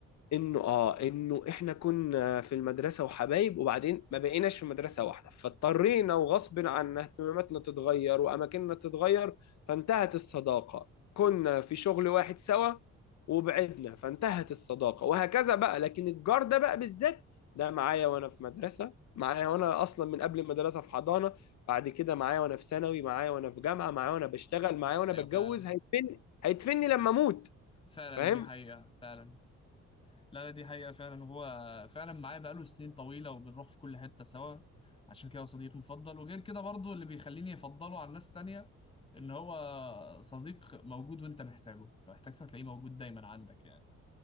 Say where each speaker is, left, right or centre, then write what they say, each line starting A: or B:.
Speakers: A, on the left (about 65°); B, on the left (about 20°).
A: انه اه انه احنا كنا في المدرسه وحبايب وبعدين ما بقيناش في مدرسه واحده فاضطرينا وغصب عنا اهتماماتنا تتغير واماكننا تتغير فانتهت الصداقه كنا في شغل واحد سوا وبعدنا فانتهت الصداقه وهكذا بقى لكن الجار ده بقى بالذات ده معايا وانا في مدرسه معايا وانا اصلا من قبل المدرسه في حضانه بعد كده معايا وانا في ثانوي معايا وانا في جامعه معايا وانا بشتغل معايا وانا
B: ايوه
A: بتجوز
B: فعلا
A: هيدفني هيدفني لما اموت
B: فعلا
A: فاهم
B: دي حقيقة فعلا لا لا دي حقيقة فعلا هو فعلا معايا بقاله سنين طويلة وبنروح في كل حتة سوا عشان كده هو صديق مفضل وغير كده برضو اللي بيخليني أفضله على ناس تانية إن هو صديق موجود وأنت محتاجه لو احتجته هتلاقيه موجود دايما عندك يعني